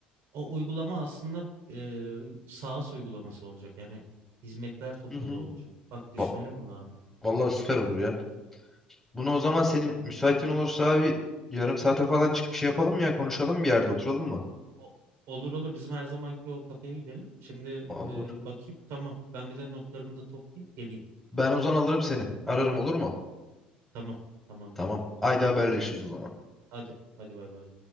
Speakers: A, on the right (about 60°); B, in the centre.
A: o uygulama aslında e, SaaS uygulaması olacak. Yani hizmetler topluluğu
B: hı hı.
A: olacak. Bak düşünelim
B: Va-
A: bunu abi.
B: Vallahi süper olur ya. Bunu o zaman senin müsaitin olursa abi yarım saate falan çıkıp şey yapalım mı ya konuşalım bir yerde oturalım mı?
A: O- Olur olur bizim her zamanki o kafeye gidelim. Şimdi
B: Olur.
A: e, bakayım tamam ben bir de notlarımı da toplayayım geleyim.
B: Ben o zaman alırım seni. Ararım olur mu?
A: Tamam. Tamamdır.
B: Tamam. Haydi haberleşiriz o zaman.
A: Hadi. Hadi bay bay.